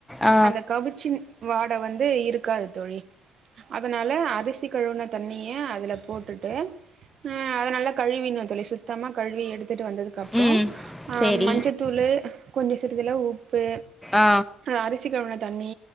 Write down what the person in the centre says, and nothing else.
ஆ
ம்
சேரி
ஆ